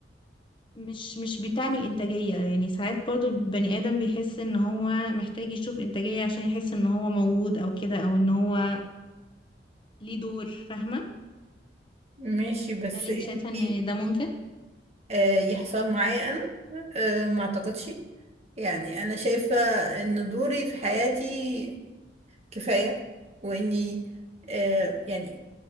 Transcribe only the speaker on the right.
ماشي بس
انتي
آه يحصل معايا انا آه ما اعتقدش يعني
انا شايفة ان دوري في حياتي كفاية واني آه يعني